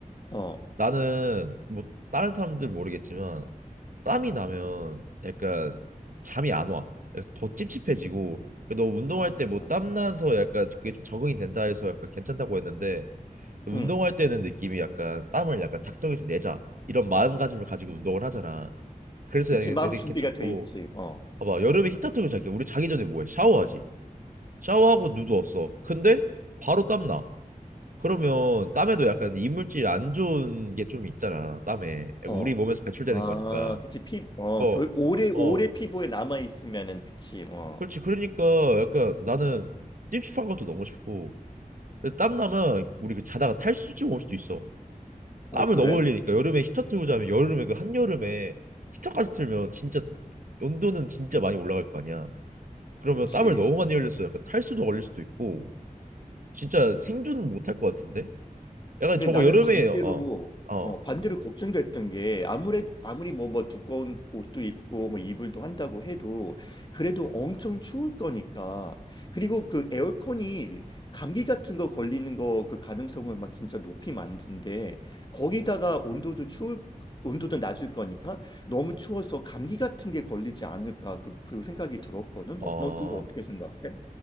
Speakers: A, on the left; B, on the right.
A: 어,
B: 나는 뭐 다른 사람들 모르겠지만 땀이 나면 약간 잠이 안 와. 더 찝찝해지고 너 운동할
A: 아,
B: 때 뭐 땀 나서 약간 그게 좀 적응이 된다 해서 약간 괜찮다고 했는데 운동할
A: 응.
B: 때는 느낌이 약간 땀을 약간 작정해서 내자 이런 마음가짐을 가지고 운동을 하잖아. 그래서
A: 그치,
B: 내,
A: 마음
B: 내 생각
A: 준비가
B: 괜찮고
A: 돼 있지. 어,
B: 봐봐 여름에 히터 틀고 자기 우리 자기 전에 뭐해? 샤워하지. 샤워하고 누웠어. 근데 바로 땀나. 그러면 땀에도 약간 이물질 안 좋은 게 좀 있잖아. 땀에 약간
A: 어,
B: 우리 몸에서 배출되는
A: 아,
B: 거니까.
A: 그치, 피, 어,
B: 어,
A: 결, 오래,
B: 어,
A: 오래 피부에 남아있으면은, 그치, 어.
B: 그렇지. 그러니까 약간 나는 찝찝한 것도 너무 싶고. 근데 땀 나면 우리 그 자다가 탈수증 올 수도 있어. 땀을
A: 어, 그래?
B: 너무 흘리니까 여름에 히터 틀고 자면 여름에 그 한여름에 히터까지 틀면 진짜 온도는 진짜 많이 올라갈 거 아니야. 그러면
A: 그치.
B: 땀을 너무 많이 흘려서 약간 탈수도 걸릴 수도 있고 진짜 생존 못할 것 같은데? 약간
A: 그래,
B: 저거
A: 나는
B: 여름에
A: 반대로,
B: 어, 어,
A: 어, 반대로 걱정됐던 게, 아무래, 아무리 뭐, 뭐, 두꺼운 옷도 입고, 뭐, 이불도 한다고 해도, 그래도 엄청 추울 거니까. 그리고 그 에어컨이 감기 같은 거 걸리는 거, 그 가능성을 막 진짜 높이 만든데, 거기다가 온도도 추울, 온도도 낮을 거니까, 너무 추워서 감기 같은 게 걸리지 않을까, 그, 그 생각이 들었거든.
B: 어
A: 어, 넌 그거 어떻게 생각해?